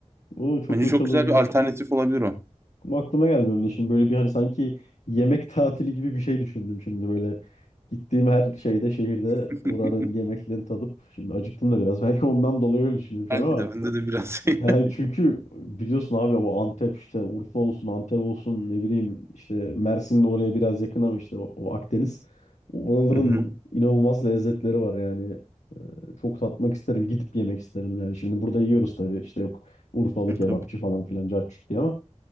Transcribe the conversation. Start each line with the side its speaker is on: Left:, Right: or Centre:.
Left: Oo çok
Right: Bence
Left: hoş
Right: çok
Left: olabilir.
Right: güzel bir alternatif olabilir o.
Left: Ama aklıma geldi benim de şimdi böyle bir hani sanki yemek <laughs> tatili gibi bir şey düşündüm şimdi böyle. Gittiğim her şeyde şehirde
Right: <laughs>
Left: oranın yemeklerini tadıp şimdi acıktım da biraz <laughs> belki ondan dolayı öyle düşünüyorum şu
Right: Belki
Left: an ama
Right: de bende de biraz. <laughs>
Left: yani çünkü biliyorsun abi o Antep işte Urfa olsun Antep olsun ne bileyim işte Mersin de oraya biraz yakın ama işte o, o Akdeniz. Oraların
Right: Hı hı.
Left: inanılmaz lezzetleri var yani. Ee, Çok tatmak isterim gidip yemek isterim yani. Şimdi burada yiyoruz tabii işte yok Urfalı kebapçı
Right: Tabii.
Left: falan filan cacık diye ama